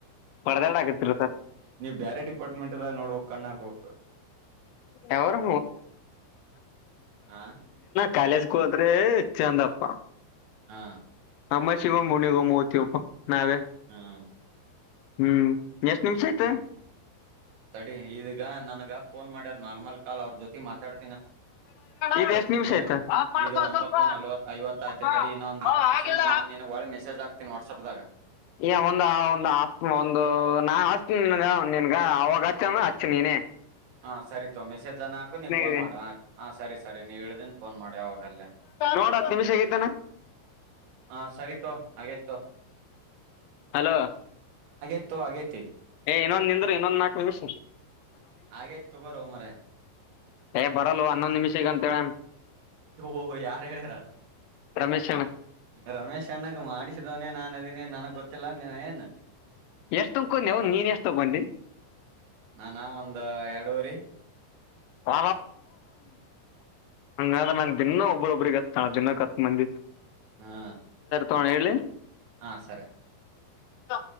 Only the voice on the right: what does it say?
ನೀವ್ ಬೇರೆ ಡಿಪಾರ್ಟ್ಮೆಂಟ್ದ ನೋಡ್ುವ ಕಣ್ಣ ಹಕ ಹತ
ಹ
ಹಾ
ಹ್ಮ್
ಹ್ಮ್ ಸಡಿ ಇದಗ ನನ್ಗ ಫೋನ್ ಮಾಡ್ಯಾರ ನಾರ್ಮಲ್ ಕಾಲ್ ಅವ್ರ ಜೊತಿ ಮಾತಾಡ್
ನಿನಗ್
ಇದು
ಒತ್ತು ನಲ್ವ ಐವತ್ತುತಿ
ತಡಿ ಇನ್ನೊ ಒಂದ್ ಹತ್ತು ನಿಮಿಷ
ನನ್ ನಿನ್ಗ್ ಒಳ್ಳ ಮೆಸಜ್ ಹಾತನಿ ವಾಟ್ಸಾಪ್್ದಾಗ
ಹ ಸರಿತೋ ಮೆಸೇಜ್ ಅನ ಹಾಕು ನೀವು ಫೋನ್
ಮಾಡ ಹ ಸರಿ ಸರಿ ನೀವ ಹೇಳ್ದನ್ ಫೋನ್ ಮಾಡಿ ವಾಗಲ್ಲೇ
ಹ ಸರಿತು ಹಾಗೇತು
ತ ಆಗೇತಿ
ಹಾಗೇ ತಗೋರ್ ಮರ
ಓಹೋ ಯಾರು ಹೇಳಾರ
ರಮೇಶ್ ಅಣ್ಣಗ ಮಾಡಿಸಿದವನನೆ ನಾನು ಅದನಿ ನನಗ್ ಗೊತ್ತಿಲ್ಲ ನೀ ಏನ್
ನಾನ ಒಂದ ಎರಡೂರಿ
ಹಾ
ಹಾ ಸರಿ